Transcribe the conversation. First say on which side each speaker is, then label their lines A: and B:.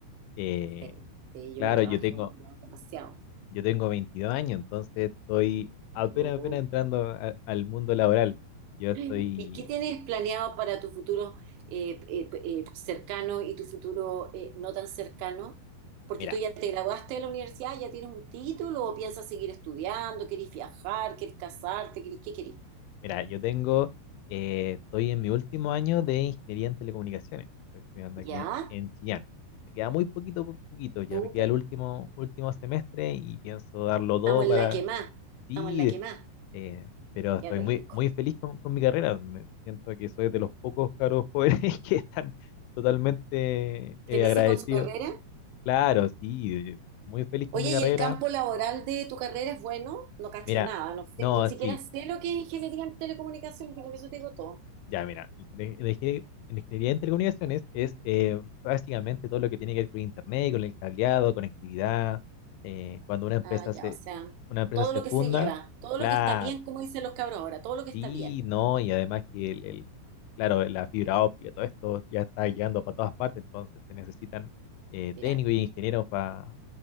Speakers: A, on the left (about 85°); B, on the right (about 80°).
A: Eh,
B: Sí, sí, yo
A: claro,
B: he trabajado
A: yo tengo,
B: ya demasiado. <laughs>
A: yo tengo 22 años, entonces estoy apenas,
B: Oh.
A: apenas entrando a- al mundo laboral. Yo estoy,
B: ¿Y qué tienes planeado para tu futuro eh, eh, eh, cercano y tu futuro eh, no tan cercano? Porque
A: mira,
B: tú ya te graduaste de la universidad, ya tienes un título o piensas seguir estudiando, querés viajar, querés casarte, querés, ¿qué querés?
A: Mira, yo tengo, eh, estoy en mi último año de ingeniería en telecomunicaciones. Estoy estudiando
B: Ya,
A: aquí en, en Chillán. Me queda muy poquito, po- poquito, ya
B: súper.
A: me queda el último, último semestre y pienso darlo
B: Estamos
A: todo
B: en
A: para
B: la que más,
A: sí,
B: estamos en la que más.
A: eh, pero estoy
B: Qué rico.
A: muy, muy feliz con, con mi carrera. Me siento que soy de los pocos caros jóvenes <laughs> que están totalmente eh,
B: ¿Felices
A: agradecidos.
B: con su carrera?
A: Claro, sí, eh, muy feliz
B: Oye,
A: con mi carrera.
B: ¿y el campo laboral de tu carrera es bueno? No cacho
A: Mira,
B: nada, no sé,
A: no,
B: ni siquiera
A: sí.
B: sé lo que es ingeniería en telecomunicaciones, pero con eso te digo todo.
A: Ya, mira, ingenie- ingenie- ingeniería en telecomunicaciones es eh, básicamente todo lo que tiene que ver con internet, con el cableado, conectividad. eh, cuando una empresa
B: Ah, ya,
A: se,
B: o sea,
A: una empresa
B: todo
A: se
B: lo
A: funda,
B: que se lleva, todo
A: claro,
B: lo que está bien, como dicen los cabros ahora, todo lo que
A: sí,
B: está bien.
A: no, y además que el, el- claro, la fibra óptica, todo esto ya está llegando para todas partes, entonces se necesitan eh,
B: Mira,
A: técnicos y ingenieros para